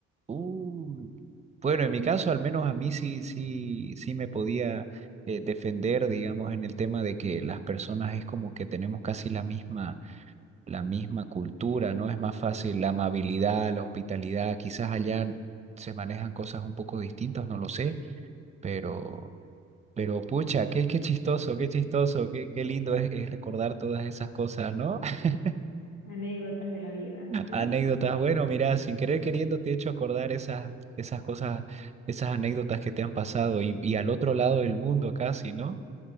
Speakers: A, on the right; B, on the left.
A: Uy. Bueno, en mi caso, al menos a mí sí, sí, sí me podía eh, defender, digamos, en el tema de que las personas es como que tenemos casi la misma la misma cultura, ¿no? Es más fácil la amabilidad, la hospitalidad, quizás allá se manejan cosas un poco distintas, no lo sé, pero, pero pucha, qué, qué chistoso, qué chistoso, qué, qué lindo es, es recordar todas esas cosas, ¿no? <laughs>
B: anécdotas de la vida, ¿no?
A: Anécdotas, bueno, mira, sin querer queriendo te he hecho acordar esas, esas cosas, esas anécdotas que te han pasado y, y al otro lado del mundo casi, ¿no?